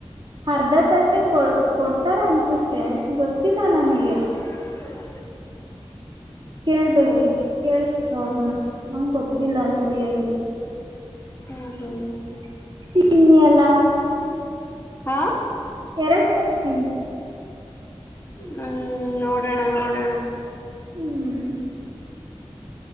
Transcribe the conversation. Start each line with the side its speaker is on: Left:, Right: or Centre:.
Right: ಅರ್ಧ ತಟೆ ಕೊ ಕೊಡ್ತಾರ ಅನ್ಸುತ್ತೆ ಗೊತ್ತಿಲ್ಲ ನನಗೆ
Left: ಹ
Right: ಕೇಳ್ಬೇಕಿ
Left: ಹೌದು
Right: ಕೇಳಳ್ಬೇಕ ಅವ್ರನ್ನ ನಮಗೆ ಗೊತ್ತಿಲ್ಲ ಸರಿಯಾಗಿ
Left: ಹ್ಮ ಹ್ಮ್
Right: ತಿನ್ನ ಅಲ್ಲ
Left: ಹಾ
Right: ಎರಡು ಸತಿ
Left: ಹ್ಮ್ ನೋಡೋಣ ನೋಡೋಣ
Right: ಹ್ಮ್